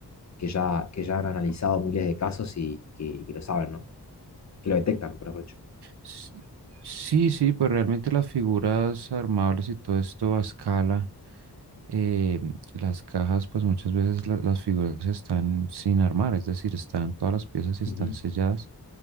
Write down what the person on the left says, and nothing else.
que ya, que ya han analizado miles de casos y que, y que lo saben, ¿no? Que lo detectan, por dicho.
Ujú,